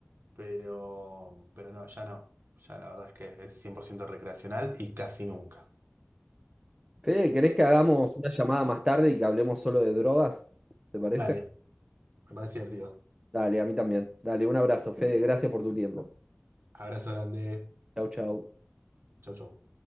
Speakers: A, on the right; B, on the right.
A: pero, pero no, ya no. Ya la verdad es que es 100% recreacional y casi nunca.
B: Fede, ¿querés que hagamos una llamada más tarde y que hablemos solo de drogas? ¿Te parece?
A: Dale, me parece divertido.
B: Dale, a mí también. Dale, un abrazo, Fede. Gracias por tu tiempo.
A: Abrazo grande.
B: Chau, chau.
A: Chau, chau.